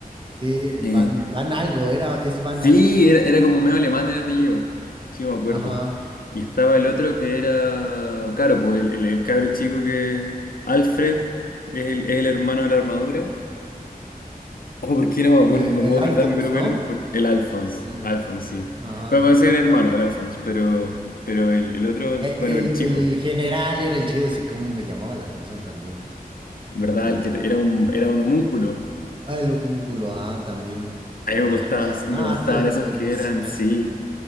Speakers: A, on the right; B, on the left.
A: Sí, el
B: Eh,
A: Van. Van algo. Era. Es Van
B: Sí,
A: algo.
B: era, era como medio alemán el apellido. Sí, me acuerdo.
A: Ajá.
B: Y estaba el otro que era. Claro, pues el, el, el cabro chico que. Alfred, que es el, es el hermano de la armadura. Oh, ¿por qué no me acuerdo?
A: eh,
B: No
A: el
B: puedo
A: Alphonse,
B: acordarme, pero bueno,
A: ¿no?
B: no importa. El Alphonse.
A: El-
B: Alphonse, sí.
A: ajá.
B: Pero puede ser el hermano, el Alphonse. Pero, pero el, el otro,
A: eh,
B: bueno,
A: El,
B: el chico.
A: el general era el chido. Ese cómo me llamaba la atención también.
B: ¿verdad?
A: El.
B: El que te- era un, era un homúnculo.
A: Ah, el homúnculo, ajá, también.
B: A
A: No
B: mí me
A: manches,
B: gustaba, sí,
A: no,
B: me gustaban
A: esto
B: esos
A: es buenísimo.
B: que eran, sí.
A: es-